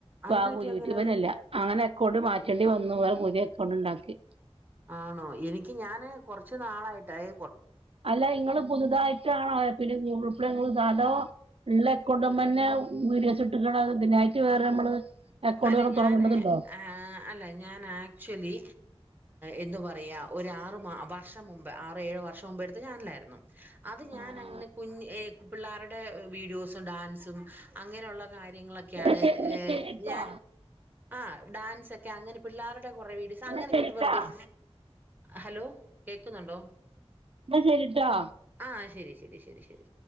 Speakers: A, on the right; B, on the right.
A: അതെന്തു
B: ഗ
A: പറ്റി
B: യൂട്യൂബിനല്ല
A: അങ്ങനെ
B: അങ്ങനെ അക്കൗണ്ട് മാറ്റേണ്ടി വന്നു വേറെ പുതിയ അക്കൗണ്ട് ഉണ്ടാക്കി
A: ആണോ എനിക്ക് ഞാന് കൊറച്ചു നാളായിട്ടയി
B: അല്ല ഇങ്ങള്ൾ പുതുതായിട്ടാണോ പിന്നെ ഗപ്പടെ നിങ്ങ സാധോ ഉള്ള എക്കൗണ്ട് മ്മതന്നെ വീഡസ് ഇട്ടക്കണ ഇതിനായിട്ട് വേറെ നമ്മള് അക്കൗണ്ട്
A: അല്ല
B: വേറെ
A: ഞാന്
B: തൊടങ്ങേണ്ടതുണ്ടോ?
A: അല്ല ഞാൻ ആക്ച്വലി എന്തു പറയുക ഒരുരാറ് മാ വർഷം മുമ്പ് ആറ് ഏഴ് വർഷം മുമ്പ് എടുത്ത് ഞാനിലായിരുന്നു അത്
B: ആഹ്
A: ഞാൻ അങ്ങനെ കുഞ് പിള്ളേരുടെ വീഡിയോസും ഡാൻസും അങ്ങനെയുള്ള കാര്യങ്ങളൊക്കെയാണ്
B: ആഹ് എന്നാ ശെ എന്നാ ശരിട്ടോ
A: ഞാൻ ആ ഡാൻസ്ക്കെ അങ്ങനെ പിള്ളേരുടെ കൊറെ വീഡയോസ്
B: എന്നാ
A: അങ്ങനെക്കെട്ട്
B: ശരിട്ടോ
A: വെറുതും ഹലോ കേൾക്കുന്നുണ്ടോ
B: ന്നാ ശരിട്ടാ
A: ആ ശരി ശരി ശരി